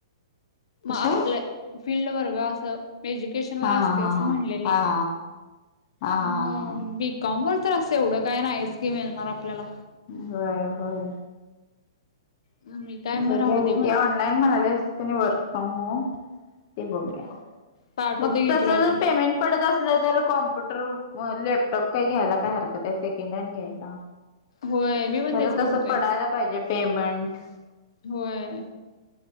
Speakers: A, on the left; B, on the left.
A: मग
B: कशावर
A: आपल्या फिल्ड वर ग असं एज्युकेशन वर
B: हा
A: असतय
B: हा
A: असं
B: हा
A: म्हणलेली.
B: हा हा हा हा
A: मग
B: हा
A: बीकॉम वर तर असं एवढं काय नाहीच की मिळणार आपल्याला.
B: वय होय.
A: मी काय मग
B: बघ्याव
A: राहू दे
B: घे
A: म्हणलं.
B: ती ऑनलाईन म्हणाल्याच तिन वर्क फ्रॉम होम - ते बघूया
A: पाठवते
B: मग
A: घे
B: तस
A: तुला
B: जर
A: लिंक.
B: पेमेंट. पडत असल तर कॉम्प्युटर लॅपटॉप काय घ्यायला काय हरकत आहे सेकंड हँड घ्यायचा.
A: होय मी पण
B: खरं
A: तेच म्हणतोय.
B: तसं पडायला पाहिजे पेमंट.
A: होय.